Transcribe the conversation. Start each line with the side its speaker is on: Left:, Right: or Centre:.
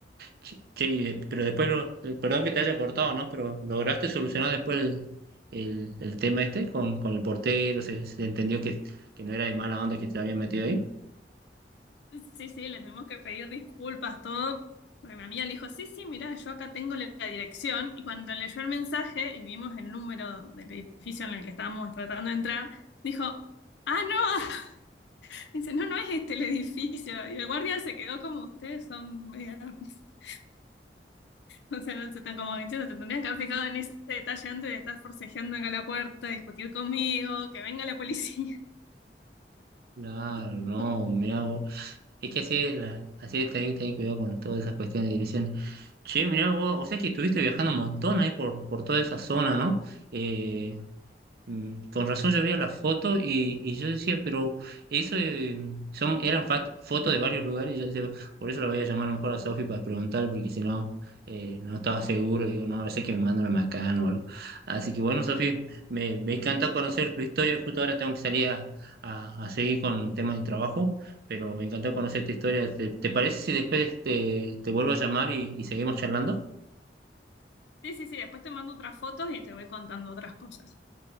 Right: che, che, y de- pero después, lo- eh, perdón que te haya cortado, ¿no? Pero lograste solucionar después el, el- el tema este con, con el portero, se, se entendió que, que no era de mala onda que te habían metido ahí.
Left: Sí, sí, le tenemos que pedir disculpas, todo. Bueno, Mi amiga le dijo, sí, sí, mira, yo acá tengo la la dirección. Y cuando leyó el mensaje y vimos el número del edificio en el que estábamos tratando de entrar, dijo, ah, no, <laughs> dice, no, no es este el edificio. Y el guardia se quedó como ustedes son, media- <laughs> o sea, no se tan como que, se tendrían que haber fijado en ese detalle antes de estar forcejeando acá a la puerta, discutir conmigo, que venga la policía.
Right: Claro,
Left: <laughs>
Right: no, me hago. Es que así es, la- así es, tenés que tener cuidado con todas esas cuestiones de direcciones. Che, mirá vos, o sea que estuviste viajando un montón ahí por, por toda esa zona, ¿no? Eh, Mm, Con razón yo veía la foto y, y yo decía, pero eso eh, son, eran fat- fotos de varios lugares y yo decía, por eso la voy a llamar mejor a Sofi para preguntar, porque si no, eh, no estaba seguro, digo, no, a ver si es que me mandan a Macán o algo. Así que bueno, Sofi, me, me encantó conocer tu historia, justo ahora tengo que salir a, a- a seguir con temas de trabajo, pero me encantó conocer tu historia. ¿Te, te parece si después te, te vuelvo a llamar y, y seguimos charlando?
Left: Sí, sí, sí, después te mando otras fotos y te voy contando otras cosas.